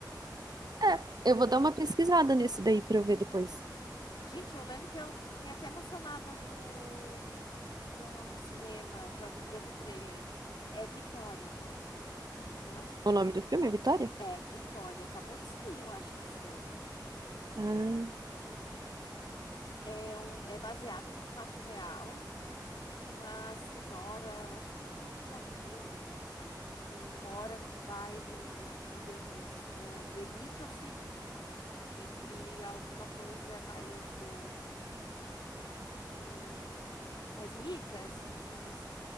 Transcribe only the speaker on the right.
É, eu vou dar uma pesquisada nesse daí pra eu ver depois.
O
nome
do filme é Vitória?
Ah,